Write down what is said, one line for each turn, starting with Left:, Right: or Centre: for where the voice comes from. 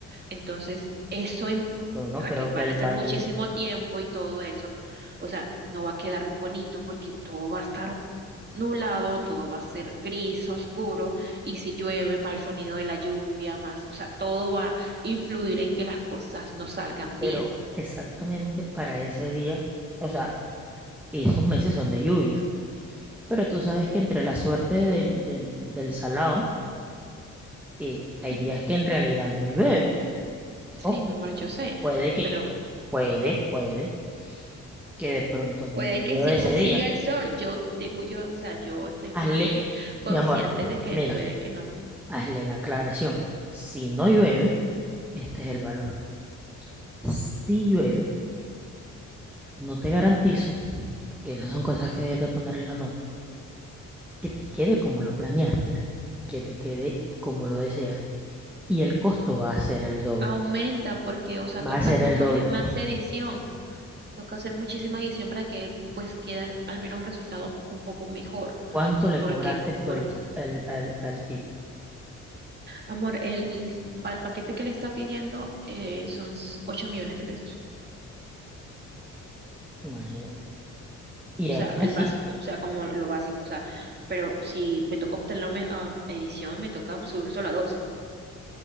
Right: Entonces, eso im-
Centre: Yo no
Right: Raquel
Centre: creo que
Right: va a
Centre: él
Right: gastar
Centre: vaya,
Right: muchísimo tiempo y todo eso. O sea, no va a quedar bonito porque todo va a estar nublado, todo va a ser gris, oscuro, y si llueve, más el sonido de la lluvia, más, o sea, todo va a influir en que las cosas no salgan
Centre: pero
Right: bien.
Centre: exactamente para ese día, o sea, esos meses son de lluvia. Pero tú sabes que entre la suerte del, del, del salado, eh, hay
Right: <laughs>
Centre: días que en realidad no llueve.
Right: Sí,
Centre: Ojo,
Right: mi amor, yo sé,
Centre: Puede que,
Right: pero
Centre: puede, puede que de pronto no
Right: Puede que
Centre: llueve
Right: sí
Centre: ese
Right: consiga
Centre: día.
Right: el sol. Yo tengo, yo, o sea, yo estoy
Centre: Hazle,
Right: más que consciente
Centre: mi amor,
Right: de que
Centre: mira,
Right: puede que no.
Centre: hazle la aclaración. Si no llueve, este es el valor. Si llueve, no te garantizo, porque esas son cosas que debes de poner en la nota, que te quede como lo planeaste, que te quede como lo deseas. Y el costo va a ser el doble.
Right: Aumenta porque, o sea,
Centre: Va
Right: toca
Centre: a ser
Right: hacer
Centre: el
Right: más,
Centre: doble.
Right: e- más edición, toca hacer muchísima edición para que pues quede al menos un resultado un poco mejor.
Centre: ¿Cuánto le
Right: Porque,
Centre: cobraste
Right: por
Centre: tú al, ch- al, al, al tipo?
Right: amor, el, para el paquete que le está pidiendo eh, son ocho millones de pesos.
Centre: Imagínate.
Right: O
Centre: Y aún
Right: sea, el
Centre: así,
Right: básico, o sea, como lo básico, o sea, pero si me toca obtener la aume- ah, edición, me toca subir solo a doce